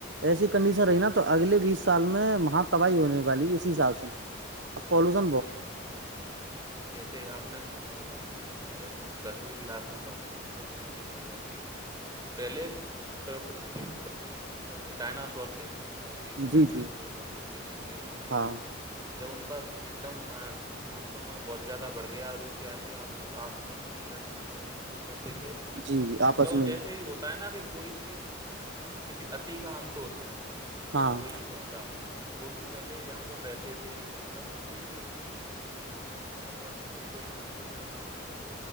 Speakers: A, on the right; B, on the right.
A: ایسی کنڈیشن
B: جی
A: رہی
B: جی
A: نا تو اگلے بیس سال میں وہاں تباہی ہونے والی اسی حساب سے اب پولوشن
B: جی جیسے آپ نے سنا ہوگا کہ ہم جب دسویں کلاس میں پڑھتے ہیں تو آپ نے دیکھا ہوگا کہ پہلے اس پرتھوی پر کیا تھے ڈائناسور تھے وہ بہت زیادہ
A: جی
B: بڑے
A: جی
B: بڑے ہوا کرتے تھے ویل مچھلیاں
A: ہاں
B: تھیں جب ان کا ایک دم آکرمن بہت زیادہ بڑھ گیا اب وہ کیا کہ اب آس پس میں ہی لڑنا سننا شروع کرتے تھے
A: جی جی
B: تو مطلب
A: آپس میں
B: جیسے ہی ہوتا ہے نا کہ کوئی چیز ا کسی اچ تی کا انت ہوتا ہے
A: ہاں
B: تو وہی ہوا تھا وہ بھی پہلے جہاں پر رہتے تھے پرکرتی بھی اچھی تھی لیکن جب اوپر والے کو کوئی نہ کچھ نہ پسند ہو